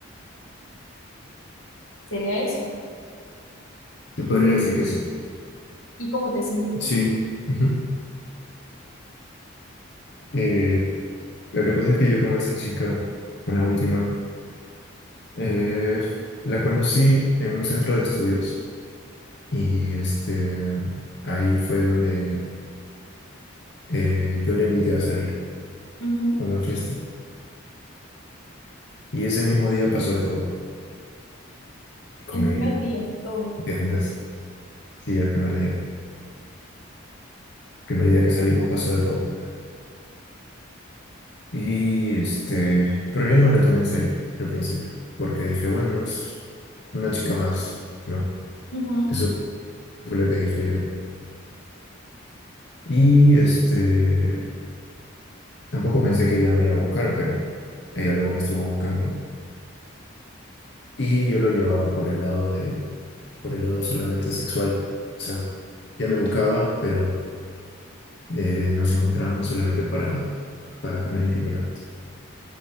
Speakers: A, on the left; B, on the left.
A: Sería eso.
B: Se podría decir que sí.
A: ¿Y cómo te sentiste?
B: Sí. ujú. Eh, lo que pasa es que yo con esa chica, con la última, eh, la conocí en un centro de estudios y este, ahí fue donde eh, yo le invité a salir
A: Ujú.
B: a una fiesta. Y ese mismo día pasó de todo con
A: En primer
B: ella,
A: día, todo.
B: ¿entiendes? Sí, el primer día. primer día que salimos pasó de todo. Y este, pero yo no me lo tomé en serio al principio, porque dije, bueno, es una chica más, ¿no?
A: Ujú,
B: Eso fue lo que dije yo. Y este, Tampoco pensé que ella me iba a buscar, pero ella luego me estuvo buscando. Y yo lo llevaba por el lado de, por el lado solamente sexual. O sea, ella me buscaba, pero eh, nos encontrábamos solamente para, para tener intimidad.